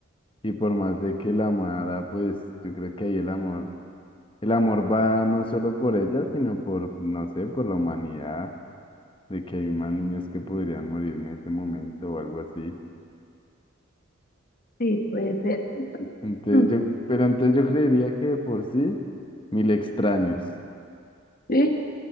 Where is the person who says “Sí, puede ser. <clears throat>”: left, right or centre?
Left